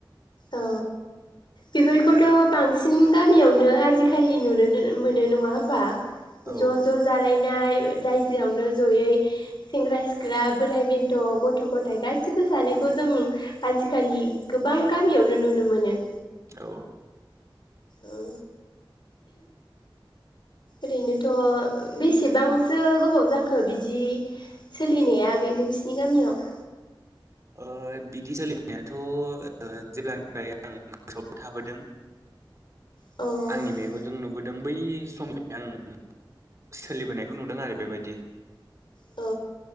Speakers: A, on the left; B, on the right.
A: औ बेफोरखौथ' बांसिन गामियावनो नो आजिखालि नुनोनो मोनो नङा होमबा
B: औ
A: ज ज जालाय नाय रायजोआवनो जयै सेंग्रा सिख्ला बोराय बेन्थ' गथ' गथाय गासिबो जानायखौ जों आजिखालि गोबां गामियावनो नुनो मोनो।
B: औ।
A: औ। ओरैनोथ' बेसेबांसो गोबाव जाखो बिदि सोलिनाया आगै नोंसिनि गामियाव?
B: ओ बिदि सोलिनायाथ' जेब्लानिफ्राय आं गोसोयाव थाबोदों
A: जोंनियाव
B: आंनि मेगनजों नुबो दों बै सम जाय आं सोलिबोनायखौ नुदों आरो बेबायदि।
A: औ।